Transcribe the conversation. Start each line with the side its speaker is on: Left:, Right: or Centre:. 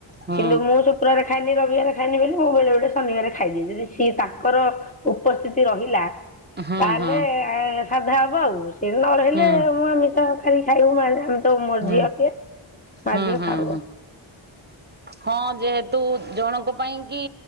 Right: ହୁଁ
Left: କିନ୍ତୁ ମୁଁ ଶୁ କ୍ରବାର ଖାଏନି, ରବିବାର ଖାଏନି ବୋଲି ମୁଁ ବେଳେବେଳେ ଶନିବାର ଖାଇଦିଏ, ଯଦି ସିଏ ତାଙ୍କର ଉପସ୍ଥିତି ରହିଲା
Right: ହୁଁ
Left: ତାହେଲେ
Right: ହୁଁ ହୁଁ
Left: ସାଧା ହବ ଆଉ, ସିଏ ନ ରହିଲେ
Right: ହୁଁ।
Left: ମୁଁ ଆମଷ ଆଜି ଖାଇବୁ ଆମେ ତ ମୋ
Right: ହୁଁ
Left: ଝିଅ ଟିଏ ମା
Right: ହୁଁ
Left: ଝିଅ ଖାଉ
Right: ହୁଁ
Left: ଆଉ।
Right: ହଁ ଯେହେତୁ ଜଣଙ୍କ ପାଇଁ କି